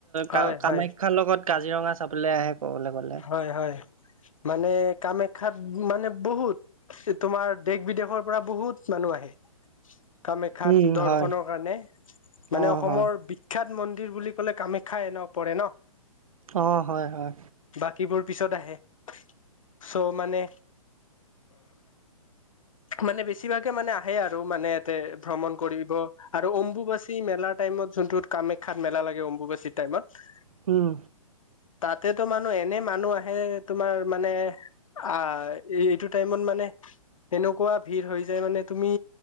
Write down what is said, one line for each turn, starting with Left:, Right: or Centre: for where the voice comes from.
Left: হয়
Right: ক
Left: হয়
Right: কামাখ্যাৰ লগত কাজিৰঙা চাবলে আহে। ক'বলৈ গ'লে।
Left: হয় হয়। মানে কামাখ্যাত মানে বহুত তোমাৰ দেশ বিদেশৰ পৰা বহুত মানু মানুহ আহে কামাখ্যাত
Right: উম
Left: দৰ্শনৰ
Right: হয়
Left: কাৰণে মানে
Right: অ
Left: অসমৰ
Right: হয়
Left: বিখ্যাত মন্দিৰ বুলি ক'লে কামাখ্যাই ন পৰে ন।
Right: অ হয় হয়।
Left: বাকীবোৰ পিছত আহে চ' মানে মানে বেছিভাগে মানে আহে আৰু মানে ভ্ৰমণ কৰিব আৰু অম্বুবচী মেলা টাইমত যোনটো কামাখ্যাত মেলা লাগে অম্বুগাছী টাইমত
Right: হুম,
Left: তাতেতো মানুহ এনে মানুহ আহে তোমাৰ মানে আ, এইটো টাইমত মানে তেনেকুৱা ভিৰ হৈ যায় মানে তুমি